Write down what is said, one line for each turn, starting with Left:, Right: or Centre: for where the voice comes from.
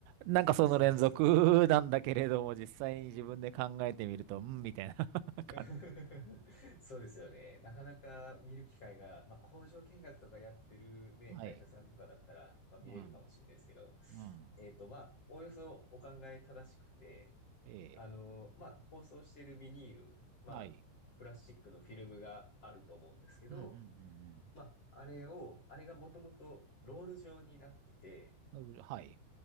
Right: なんかその連続なんだけれども、
Left: そうです、そうです。
Right: 実際に自分で考えてみると、うん、みたいな <laughs> 感じ。
Left: <laughs> そうですよね。なかなか見る機会が、まあ、工場見学とかやってるね、
Right: はい。
Left: 会社さんとかだったら、まあ、見れるかもしれないですけど、
Right: うん。うん。
Left: えっと、まあ、おおよそお考え正しくて、
Right: ええ。
Left: あの、まあ、包装しているビニール、まあ、
Right: はい。
Left: プラスチックのフィルムがあると思うんですけど、
Right: うんうんうんうん。
Left: まあ、あれを、あれがもともとロール状になってて、
Right: なるほどはい。